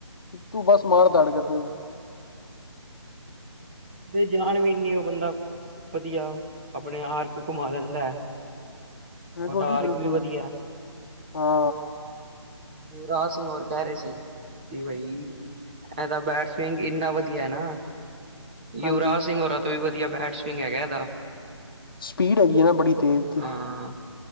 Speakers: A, on the left (about 50°); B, on the right (about 20°).
A: ਕੀ ਤੂੰ ਬਸ ਮਾਰ ਦਾੜ ਕਰਨੀ ਏ। <inaudible>
B: ਫੇਰ ਜਾਣ ਵੀ ਨੀ ਉਹ ਬੰਦਾ। ਵਧੀਆ ਆਪਣੇ ਆਰਕ ਘੁਮਾ ਲੈਂਦਾ ਹੈ।
A: ਬਿਲਕੁਲ
B: ਉਦਾ
A: ਜੀ
B: ਆਰਕ
A: ਬਿਲਕੁਲ
B: ਵੀ ਵਧੀਆ।
A: ਹਾਂ
B: ਯੂਵਰਾਜ ਸਿੰਘ ਹੋਰ ਕਹਿ ਰਹੇ ਸੀ ਕਿ ਬਈ ਇਹ ਦਾ ਬੈਟ ਸਵਿੰਗ ਇੰਨਾ ਵਧੀਆ ਏ ਨਾ।
A: ਹਾਂਜੀ
B: ਯੁਵਰਾਜ ਸਿੰਘ ਹੋਰਾਂ ਤੋਂ ਵੀ ਵਧੀਆ ਬੈਟਸ ਸਵੀੰਗ ਹੈਗਾ ਇਹਦਾ।
A: ਸਪੀਡ ਹੈਗੀ ਆ ਨਾ ਬੜੀ ਤੇਜ਼ ਦੀ।
B: ਹਾਂ